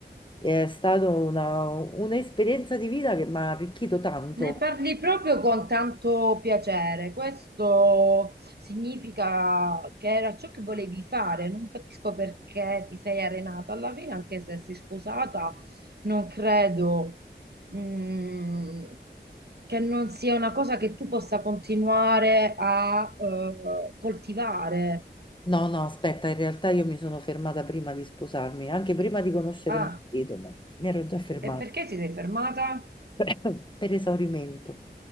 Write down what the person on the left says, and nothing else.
È stata una, un'esperienza di vita che mi ha arricchito tanto.
No, no, aspetta, in realtà io mi sono fermata prima di sposarmi, anche prima di conoscere
mio marito, ma mi ero già fermata
<coughs> per esaurimento.